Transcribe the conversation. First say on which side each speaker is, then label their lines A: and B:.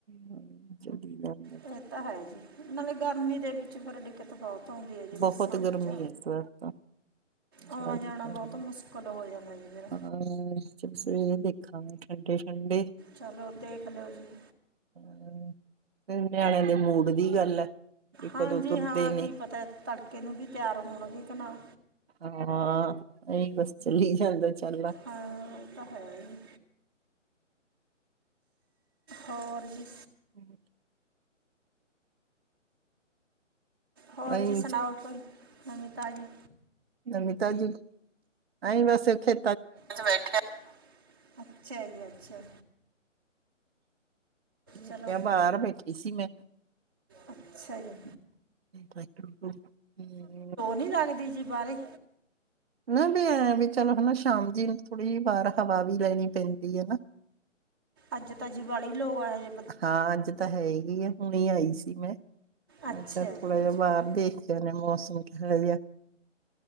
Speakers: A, on the right (about 50°); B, on the right (about 20°).
A: ਹੂੰ, ਜੋ <unintelligible>
B: ਇਹ ਤਾਂ ਹੈ ਜੀ, ਨਾਲੇ ਗਰਮੀ ਦੇ ਵਿੱਚ ਫਿਰ ਦਿੱਕਤ ਬਹੁਤ ਉਂਦੀ ਹੈ ਜੀ,
A: ਬਹੁਤ
B: ਬੱਸਾਂ ਵਿੱਚ।
A: ਗਰਮੀ ਹੈ ਇਸ ਵਾਰ ਤਾਂ ਜ਼ਿਆਦਾ
B: ਆਉਣਾ-ਜਾਣਾ
A: ਪੈ
B: ਬਹੁਤ
A: ਰਹੀ ਹੈ
B: ਮੁਸ਼ਕਿਲ ਹੋ ਜਾਂਦਾ ਜੀ ਮੇਰ।
A: ਹਾਂ, ਚਲ ਸਵੇਰੇ ਦੇਖਾਂਗੇ ਠੰਡੇ-ਠੰਡੇ।
B: ਚਲੋ, ਦੇਖ ਲੋਓ ਜੀ।
A: ਹੂੰ, ਫੇਰ ਨਿਆਣਿਆਂ ਦੇ ਮੂਡ ਦੀ ਗੱਲ ਹੈ। ਵੀ
B: ਹਾਂਜੀ-ਹਾਂ,
A: ਕਦੋਂ ਤੁਰਦੇ ਨੇ
B: ਕੀ ਪਤਾ ਤੜਕੇ ਨੂੰ ਵੀ ਤਿਆਰ ਹੋਣਗੇ ਕਿ ਨਾਂ?
A: ਹਾਂ, ਅਹੀ ਬਸ, ਚੱਲੀ ਜਾਂਦਾ ਚਾਲਾ।
B: ਹਾਂ, ਉਹ ਤਾ ਹੈਹੀ। ਹੋਰ ਜੀ?
A: ਹੂੰ <unintelligible> ਅਹੀਂ
B: ਹੋਰ ਜੀ, ਸੁਣਾਓ ਕੋਈ ਨਵੀ-ਤਾਜੀ ਜੀ।
A: ਨਵੀ-ਤਾਜੀ। ਨਹੀਂ ਵੈਸੇ ਇਹਥੇ
B: 'ਚ ਵੇਖਿਆ, ਅੱਛਾ ਜੀ ਅੱਛਾ।
A: ਦੇਖਿਆ,
B: ਚਲੋ
A: ਬਾਹਰ ਬੈਠੀ ਸੀ ਮੈਂ।
B: ਅੱਛਾ ਜੀ।
A: ਵਾਹਿਗੁਰੂ <unintelligible>
B: ਨੀ ਲੱਗਦੀ ਜੀ, ਬਾਹਰੇ?
A: ਨਾ ਵੀ ਐਂ ਵੀ ਚਲ ਹਨਾ ਸ਼ਾਮ ਜ ਥੋੜ੍ਹੀ ਜਿਹੀ ਬਾਹਾਰ ਹਵਾ ਵੀ ਲੈਣੀ ਪੈਂਦੀ ਹੈ ਨਾ।
B: ਅੱਜ ਤਾਂ ਜੀ ਬੜੀ ਲੋ ਹੈੋਜੇ।
A: ਹਾਂ, ਅੱਜ ਤਾਂ ਹੈਗੀ ਆ, ਹੁਣੇ ਆਈ ਸੀ ਮੈਂ,
B: ਅੱਛਾ
A: ਅਛਾ ਥੋੜਾ
B: ਜੀ ਅੱਛਾ
A: ਜਿਹਾ ਬਾਹਰ ਦੇ ਤੇ ਮੌਸਮ ਕਿਹੋ ਜਾ,